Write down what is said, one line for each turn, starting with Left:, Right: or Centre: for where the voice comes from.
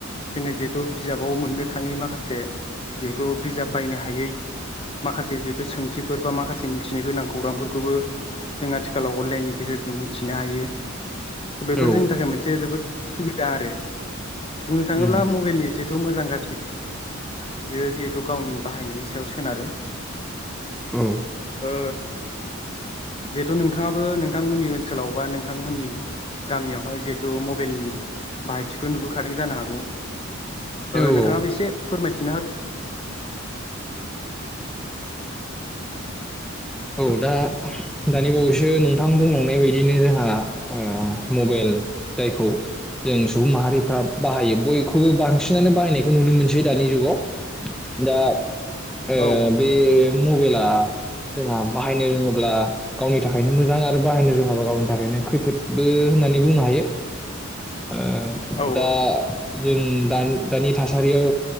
Left: जोंङो जिहेथु बिजाबाव मोननो थांङै माखासे जिहे थे बिजाब बायनो हायै माखासे जिहेथु सोंथिफोर बा माखासे मिथिनो गोनां खौरांफोरखौबो जों आथिखालाव अनलाइननि गेजेरजों मिथिनो हायो स बेफोर
Centre: औ
Left: जोंनि थाखाय मोनसे जोबोद सुबिदा आरो बुंनो थाङोब्ला
Centre: उम
Left: मबाइलनि जिहेथु मोजां गाज्रि बेयो जि थु गावनि बाहायनायनि सायाव सोनारो
Centre: औ
Left: ओ जिहेथु नोंथाङाबो नोंथांमोननि ओनसोलाव बा नोंथांमोननि गामियावहाय जिहेथु मबाइलनि बाहायथिखौ नुबोखादों जानो हागौ।
Centre: औ
Left: नोंथांङाबो एसे फोरमायथिना हो
Centre: औ दा दानि बावै सो नोंथां बुंलांनाय बायदिनो जाहा ओ मबाइल जायखौ जों सुबुं माहारिफ्रा बाहायो बयखौबो बांसिनानो बाहायनायखौ नुनो मोनसै दानि जुगाव दा आ
Left: औ
Centre: बे मबेल आ बाहायनो रोङोब्ला गावनि थाखायनो मोजां आरो बाहायनो रोङाबा गावनि थाखायनो खैफोदबो होननानै बुंनो हायो ओ
Left: औ
Centre: दा जों दानि थासारियाव